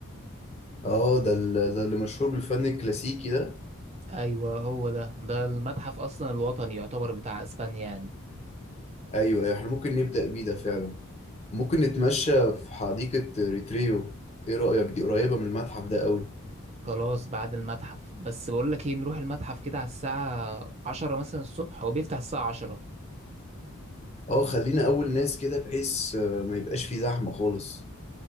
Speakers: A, on the left; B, on the right.
A: اه ده, ال... ده اللي مشهور بالفن الكلاسيكي ده
B: ايوه هو ده ده المتحف اصلا الوطني يعتبر بتاع اسبانيا يعني
A: ايوه أيوة، احنا ممكن نبدأ بيه ده فعلا ممكن نتمشى في حديقة ريتريو ايه رأيك دي قريبة من المتحف ده قوي
B: خلاص بعد المتحف بس بقول لك ايه نروح المتحف كده على الساعة عشرة مثلا الصبح هو بيفتح الساعة عشرة
A: اه خلينا اول ناس كده بحيث آه، ما يبقاش في زحمة خالص